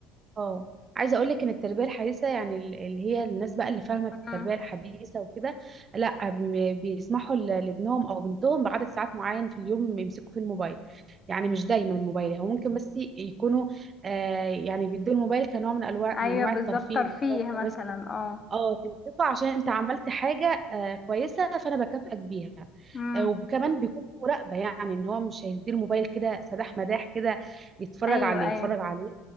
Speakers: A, on the right; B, on the left.
A: اه عايزه اقول لك ان التربيه الحديثه يعني ال- اللي هي الناس بقى اللي فاهمه في التربيه
B: مم.
A: الحديثه وكده لا بي- بيسمحوا ل- لابنهم او بنتهم بعدد ساعات معين في اليوم يمسكوا فيه الموبايل يعني مش دايما الموبايل هو ممكن بس يكونوا آه يعني بيدوا الموبايل كنوع من انواع
B: ايوه
A: من انواع
B: بالظبط
A: الترفيه
B: ترفيه
A: اللي هو انت
B: مثلا
A: بس
B: اه
A: اه تنصفه عشان انت عملت حاجه آه كويسه فانا بكافئك بيها
B: امم
A: آه وكمان بيكون في مراقبه يعني ان هو مش هيدي الموبايل كده سداح مداح كده يتفرج
B: ايوه
A: عليه يتفرج
B: ايوه
A: عليه